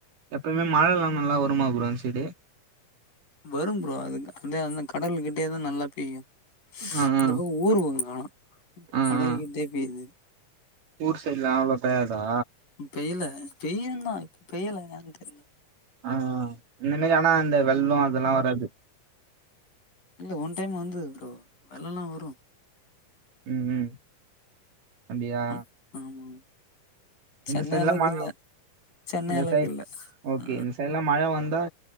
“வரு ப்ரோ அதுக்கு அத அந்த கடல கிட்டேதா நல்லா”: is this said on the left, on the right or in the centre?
Left